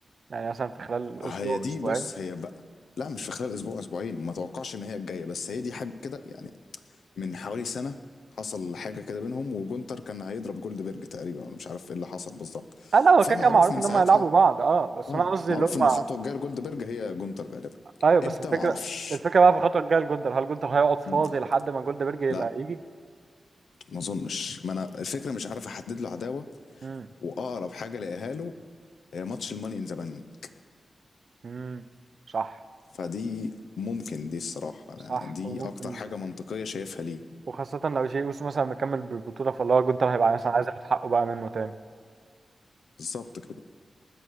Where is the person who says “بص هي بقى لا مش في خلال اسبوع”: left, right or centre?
Left